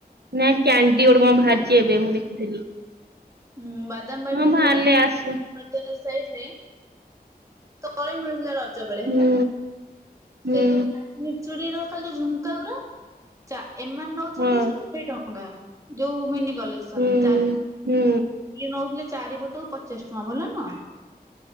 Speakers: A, on the right; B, on the right.
A: ନାଇଁ କ୍ୟାଣ୍ଡି ଗୋଟେ କଣ ବାହାରିଚି ଏବେ ମୁଁ ଦେଖିଥିଲି।
B: ହୁଁ ବାଦାମବାଡିରେ
A: ହଁ ବାହାରିଲେ
B: ମିଳୁ <unintelligible>
A: ଆସେ।
B: ସାଇଟ୍ ରେ ତଳେ ମିଳୁଥିଲା ରଜ ବେଳେ ହେଲା।
A: ହୁଁ ହୁଁ
B: ସେଇ ଯୋଉ କାଶ୍ମୀର ଚୁଡ଼ି ରୁ ଖାଲି ଝୁମକା ଗୁରା। ଏମାନେ ନଉଛନ୍ତି
A: ହଁ
B: ଶହେ ଟଙ୍କା। ଯୋଉ ମିନି କଲେକ୍ସନ
A: ହୁଁ।
B: ରେ ଚାରି
A: ହୁଁ
B: ଇଏ ନଉଥିଲେ ଚାରିପଟକୁ ପଚାଶ ଟଙ୍କା ଭଲ ନୁହଁ।